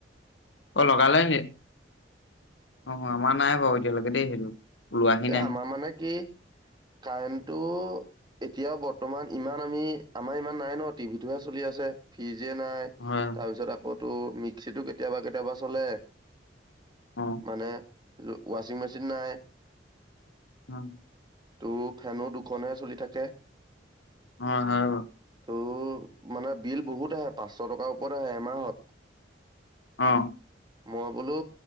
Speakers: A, on the left (about 75°); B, on the right (about 25°).
A: অ লগালে নি অ আমাৰ নাই ক এতিয়ালৈকে দেই সেইটো। ওলোৱাহি
B: এ
A: নাই
B: আমাৰ মানে কি কাৰেণ্টটো। এতিয়াও বৰ্তমান ইমান আমি আমাৰ ইমান নাই ন টিভি টোহে চলি আছে ফ্ৰিজ নিয়ে নাই
A: হয়
B: তাৰপিছত আকৌ মিক্সিটো কেতিয়াবা কেতিয়াবা চলে।
A: অ
B: মানে ৱাচিং মেচিন নাই।
A: উম।
B: ত' ফেনো দুখনেহ চলি থাকে।
A: অ হয় বাৰু
B: ত' মানে বিল বহুত আহে পাঁচশ টকাৰ ওপৰত আহে এমাহত।
A: অহ
B: মই বোলো